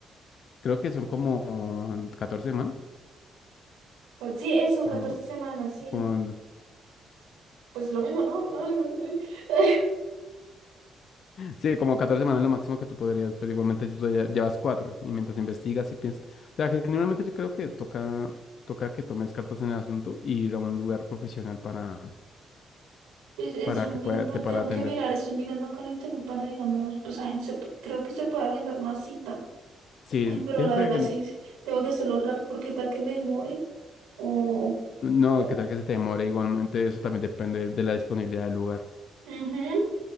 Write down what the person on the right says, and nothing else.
Pues sí, eso,
14 semanas, sí.
Pues lo mismo, ¿no? Ay, no sé. <laughs>
Pues es,
yo
mi-
pues,
tengo
que mirar, estoy mirando acá en internet para, digamos, pues a gente, se p- creo que se puede agendar una cita.
Ay, pero
la
verdad
sí, sí, tengo que hacerlo rápido porque tal que me demore o,
o
ujú,